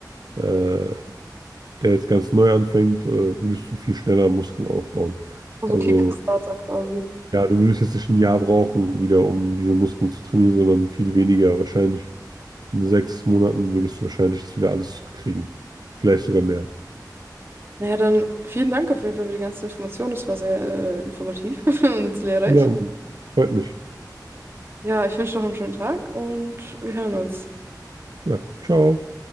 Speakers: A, on the right (about 65°); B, on the right (about 30°).
A: äh, der jetzt ganz neu anfängt, äh, würdest du viel schneller Muskeln aufbauen.
B: So
A: Also
B: ein Kickstarter quasi.
A: ja, du würdest jetzt nicht ein Jahr brauchen, wieder um diese Muskeln zu trainieren, sondern viel weniger. Wahrscheinlich in sechs Monaten würdest du wahrscheinlich das wieder alles zurückkriegen. Vielleicht sogar mehr.
B: Naja, dann vielen Dank auf jeden Fall für die ganzen Informationen. Das war sehr äh, informativ <laughs> und lehrreich.
A: Ja, freut mich.
B: Ja, ich wünsche noch einen schönen Tag und wir hören uns.
A: Ja, ciao.